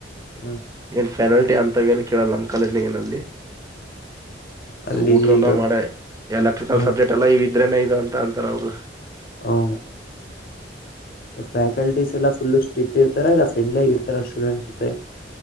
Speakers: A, on the left; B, on the right.
A: ಹ್ಮ್
B: ಏನ್ ಫೆನಲ್ಟಿ ಅಂತವ ಏನ್ ಕೇಳಲ್ಲ ಕಾಲೇಜ್ ನಲ್ಲಿ
A: ಅಲ್ಲಿ
B: ಊಟ್ರಲ್ಲ
A: ಈಗ
B: ಮಾಡೆ ಎಲೆಕ್ಟ್ರಿಕಲ್
A: ಹ್ಮ್
B: ಸಬ್ಜೆಕ್ಟ್ ಎಲ್ಲ ಇ ಇದ್ರೇನ ಇದು ಅಂತ ಅಂತಾರ ಅವರು
A: ಹ ಫ್ಯಾಕಲ್ಟೀಸ್ ಎಲ್ಲ ಫುಲ್ಲ ಸ್ಟ್ರಿಕ್ ಇರ್ತಾರ ಇಲ್ಲ ಫ್ರೆಂಡ್ಲಿ ಆಗಿ ಇರ್ತಾರ ಸ್ಟೂಡೆಂಟ್ಸ್ ಜೊತೆ